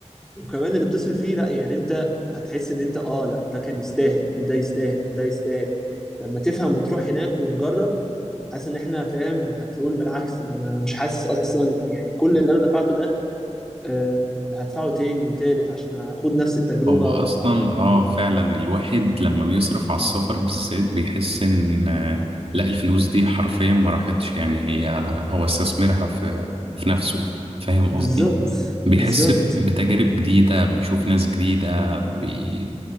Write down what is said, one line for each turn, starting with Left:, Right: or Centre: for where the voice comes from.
Centre: وكمان اللي بتصرف فيه لا يعني انت هتحس ان انت اه لا ده كان يستاهل وده يستاهل وده يستاهل لما تفهم وتروح هناك ونجرب حاسس ان احنا فاهم هتقول بالعكس ده انا مش حاسس اصلا يعني كل اللي انا دفعته ده آه هدفعه تاني وتالت عشان اخد نفس التجربة
Right: هو اصلا
Centre: و...
Right: اه فعلا الواحد لما بيصرف على السفر بالذات بيحس ان آه، لا الفلوس دي حرفيا ما راحتش يعني هي آه، هو استثمرها في في نفسه فاهم قصدي؟
Centre: بالظبط بالظبط
Right: بيحس ب- بتجارب جديدة بيشوف ناس جديدة بي...